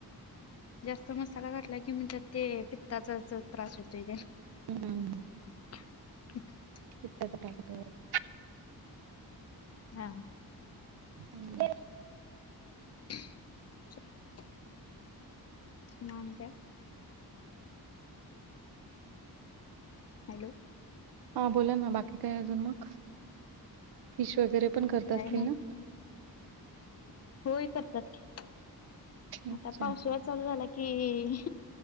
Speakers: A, on the left; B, on the right.
A: जास्त मसाला घातला की म त्यात ते पित्ताचा त्रास होतोय ग.
B: हम्.
A: <inaudible>
B: <unintelligible>
A: हा.
B: हम्.
A: <inaudible> नानी काय? हॅलो.
B: हा बोला ना बाकी काय अजून मग, फिश वगैरे पण करत असतील
A: काय नाही
B: ना?
A: होय करतात की,
B: अच्छा
A: आता पावसूळा चालू झाला कि